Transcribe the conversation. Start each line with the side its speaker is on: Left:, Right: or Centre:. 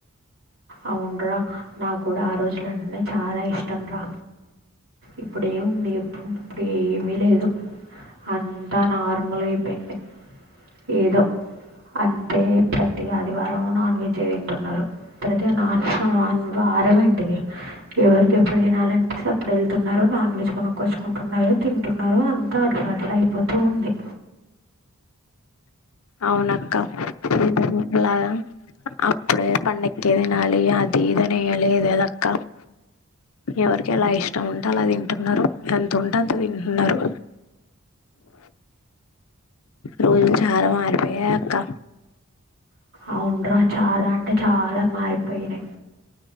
Right: అవున్రా నాక్ గుడా ఆ రోజులంటేనే చాలా ఇష్టం రా ఇప్పుడు ఏముంది చేప్పు ఇప్పుడు ఏమీ లేదు. అంతా నార్మల్ అయిపోయింది ఏదో అంతే ప్రతి ఆదివారం నాన్ వెజే తింటున్నారు ప్రతి వార్ వార్ వారం ఏంటిది ఎవరికి ఎప్పుడు తినాలనిపిస్తే అప్పుడు వెళ్తున్నారు నాన్ వెజ్ కొనుక్కోచ్చుకుంటున్నరు, తింటున్నరు అంతా అట్ల అట్లా అయిపోతూ ఉంది.
Left: అవునక్క ఇంతకు ముందు లాగా అప్పుడే పండగక్కే తినాలి అది ఇది అని ఏం లేదక్క. ఎవరికి ఎలా ఇష్టం ఉంటె అలా తింటున్నరు ఎంత ఉంటే అంత తింటున్నరు రోజులు చాలా మారిపోయాయక్క.
Right: అవున్రా చాలా అంటే చాలా మారిపోయినయి.